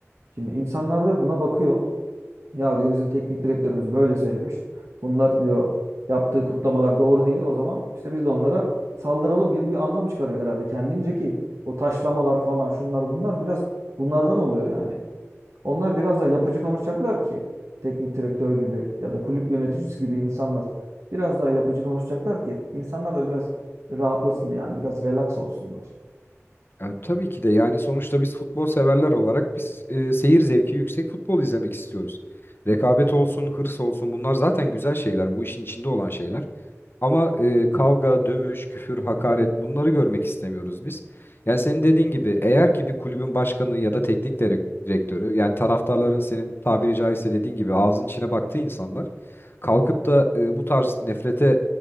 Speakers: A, on the right; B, on the left.
A: Şimdi insanlar da buna bakıyor. Ya diyor bizim teknik direktörümüz böyle söylemiş. Bunlar diyor yaptığı kutlamalar doğru değil. O zaman işte biz de onlara saldıralım gibi bir anlam çıkarıyor herhalde kendince ki o taşlamalar falan şunlar bunlar biraz bunlardan oluyor yani. Onlar biraz da yapıcı konuşacaklar ki teknik direktör gibi ya da kulüp yöneticisi gibi insanlar biraz daha yapıcı konuşacaklar ki insanlar da biraz rahatlasın yani biraz relax olsunlar.
B: Ya tabii ki de yani sonuçta biz futbol severler olarak biz e, seyir zevki yüksek futbol izlemek istiyoruz. Rekabet olsun, hırs olsun bunlar zaten güzel şeyler, bu işin içinde olan şeyler. Ama e, kavga, dövüş, küfür, hakaret bunları görmek istemiyoruz biz. Yani senin dediğin gibi eğer ki bir kulübün başkanı ya da teknik direk- direktörü yani taraftarların senin tabiri caizse dediğin gibi ağzın içine baktığı insanlar kalkıp da e, bu tarz nefrete